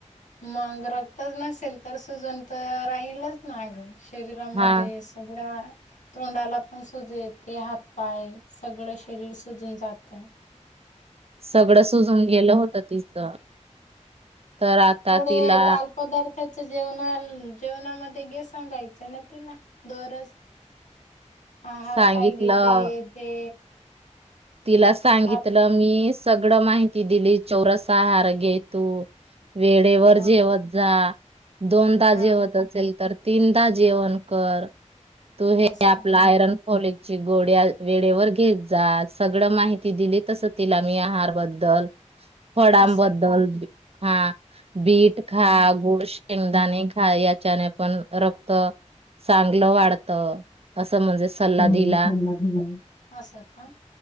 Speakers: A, on the left; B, on the right.
A: मग रक्तच नसेल तर सुजन तर राहीलच नाग शरीरामध्ये
B: हा
A: सगळ्या तोंडाला पण सुज येते हातपाय सगळं शरीर सुजून जात
B: सगळं सुजून गेलं होत तिचं तर आता
A: थोडे
B: तिला
A: लाल पदार्थच जेवणा जेवणामध्ये गे सांगायचं ना तिला दरज आहार
B: सांगितलं
A: काय घेतेते ते
B: तिला सांगितलं
A: आप
B: मी सगळं माहिती ति दिली चौरसा आहार घेतो वेळेवर
A: हा
B: जेवत जा दोन तजे
A: हा
B: होत असेल तर तिंनदा जेवण कर. तू हे
A: असं
B: आपला आयरन फॉलिक ची गोळी वेळेवर घे. जा आज सगळं माहिती दिली तस तिला मी आहारबद्दल. फडाम
A: असं
B: बद्दल
A: का?
B: हा बीट खा,
A: हम्म.
B: गोड शेंगदाणे खा, या त्याने पण रक्त चांगलं वाढत. असं म्हणजे सल्ला
A: <unintelligible>
B: दिला
A: असं का?